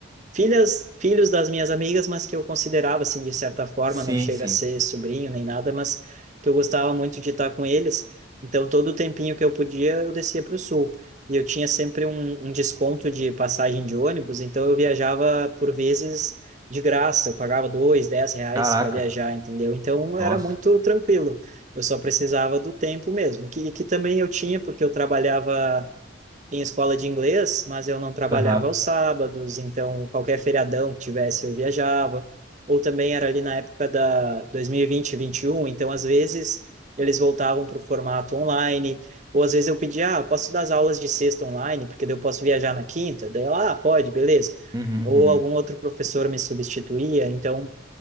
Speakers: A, on the right (about 40°); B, on the right (about 20°).
A: filhas, filhos das minhas amigas, mas que eu considerava assim de certa forma,
B: Sim,
A: não chega
B: sim.
A: a ser sobrinho nem nada, mas que eu gostava muito de estar com eles. Então, todo o tempinho que eu podia, eu descia para o sul. E eu tinha sempre um, um desconto de passagem de ônibus, então eu viajava por vezes de graça, eu pagava dois, dez reais
B: Caraca,
A: para viajar, entendeu? Então era
B: nossa.
A: muito tranquilo. Eu só precisava do tempo mesmo, que, que também eu tinha, porque eu trabalhava em escola de inglês, mas eu não trabalhava
B: Aham.
A: aos sábados, então qualquer feriadão que tivesse eu viajava. Ou também era ali na época da 2020 e 21, então às vezes eles voltavam para o formato online, ou às vezes eu pedia, ah, eu posso dar as aulas de sexta online, porque daí eu posso viajar na quinta, daí ela, ah, pode, beleza.
B: Uhum,
A: Ou
B: uhum.
A: algum outro professor me substituía, então